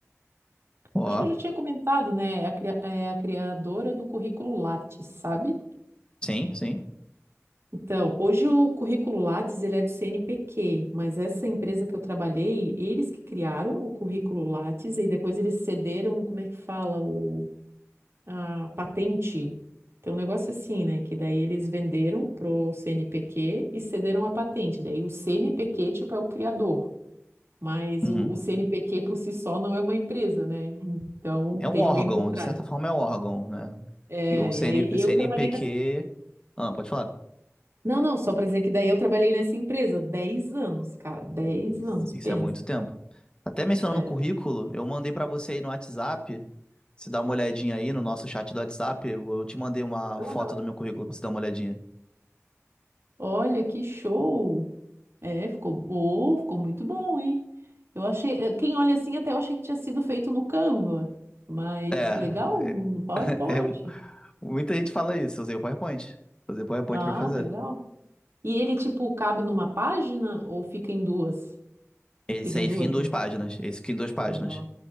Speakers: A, on the left (about 20°); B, on the right (about 55°).
A: Ó,
B: Acho que eu já tinha comentado, né? É a, cria- é a criadora do currículo Lattes, sabe?
A: sim, sim.
B: Então, hoje o currículo Lattes ele é do CNPq, mas essa empresa que eu trabalhei, eles que criaram o currículo Lattes e depois eles cederam, como é que fala, o, a patente. Tem um negócio assim, né? Que daí eles venderam pro CNPq e cederam a patente. Daí o CNPq, tipo, é o criador, mas
A: Uhum.
B: o, o CNPq por si só não é uma empresa, né? Então
A: É um
B: tem
A: órgão,
B: alguém por trás.
A: de certa forma é um órgão, né?
B: É,
A: Que o
B: e aí
A: CN, o CNPq...
B: eu trabalhei
A: Ah, pode falar.
B: Não, não, só pra dizer que daí eu trabalhei nessa empresa 10 anos, cara, 10
A: Isso
B: anos,
A: isso
B: pensa.
A: é muito tempo. Até mencionando
B: É.
A: o currículo, eu mandei pra você aí no WhatsApp. Se dá uma olhadinha aí no nosso chat do WhatsApp, eu te mandei uma
B: Aham.
A: foto do meu currículo pra você dar uma olhadinha.
B: Olha que show! É, ficou, oh, ficou muito bom, hein? Eu achei, eh, quem olha assim até eu achei que tinha sido feito no Canva, mas
A: É, é-
B: legal, no, no PowerPoint.
A: <laughs> é- muita gente fala isso. Eu usei o PowerPoint. Usei o PowerPoint
B: Ah,
A: pra fazer.
B: legal. E ele, tipo, cabe numa página ou fica em duas?
A: Esse
B: Fica em
A: aí
B: duas,
A: fica em duas
B: né?
A: páginas. Esse fica em duas páginas.
B: Legal.